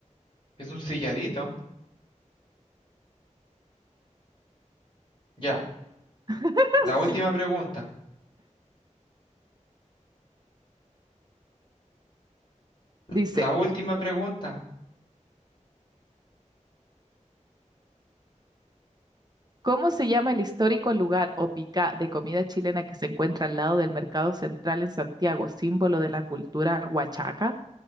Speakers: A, on the left (about 40°); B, on the right (about 30°).
A: Es un silladito. Ya.
B: <laughs>
A: La última
B: Sí.
A: pregunta. L-
B: Dice,
A: La última pregunta.
B: ¿cómo se llama el histórico lugar o pica de comida chilena que se encuentra al lado del Mercado Central en Santiago, símbolo de la cultura huachaca?